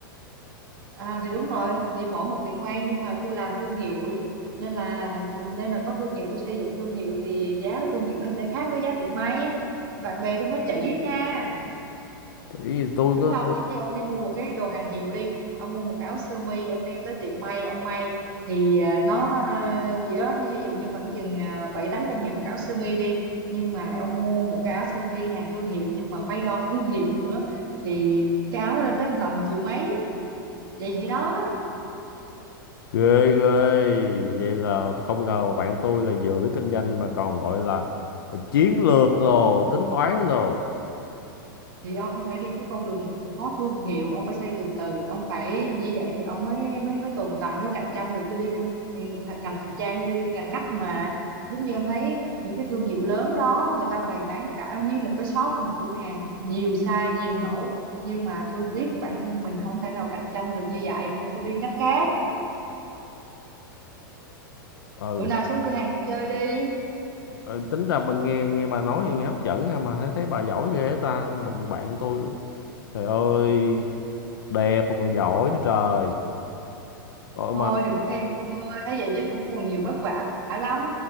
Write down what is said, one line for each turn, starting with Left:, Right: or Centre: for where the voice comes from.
Right: à, thì đúng rồi thì mỗi một tiệm may nhưng mà tôi làm thương hiệu nên là nên là có thương hiệu tôi xây dựng thương hiệu thì giá của thương hiệu nó sẽ khác với giá tiệm may bạn bè tôi mới chỉ á nha
Left: thì tôi
Right: đúng
Left: có
Right: không giống như ông đi mua một cái đồ hàng hiệu đi ông mua một áo sơ mi ông đem tới tiệm may ông may thì à, nó à, chỉ đó như- ví dụ như khoảng chừng à, bảy tám trăm ngàn một áo sơ mi đi nhưng mà ông mua một cái áo sơ mi hàng thương hiệu nhưng mà may đo thương hiệu nữa thì cái áo lên tới tầm triệu mấy vậy vậy đó
Left: ghê ghê vậy là tôi không ngờ mà bạn tôi là vừa biết kinh doanh mà còn gọi là chiến lược rồi tính toán rồi
Right: thì ông phải đi cái con đường có thương hiệu ông phải xây từ từ ông phải như vậy thì ông mới mới mới tồn tại mới cạnh tranh được tôi đi theo ừ, th- ngành thời trang như đi ngành ngắt mà giống như ông thấy những cái thương hiệu lớn đó người ta bày bán cả nguyên một cái shop một cửa hàng nhiều size nhiều mẫu nhưng mà tôi biết bản thân mình không thể nào cạnh tranh được như vậy nên tôi đi ngách khác
Left: ừ.
Right: bữa nào xuống cửa hàng tôi chơi đi
Left: ờ, tính ra bà nghe nghe bà nói nghe hấp dẫn ha, mà thấy thấy bà giỏi ghê ta Còn bạn tôi trời ơi đẹp mà còn giỏi nữa trời Ôi
Right: Thôi
Left: mà
Right: đừng có khen Phương ơi, thấy vậy chứ cũng còn nhiều vất vả lắm.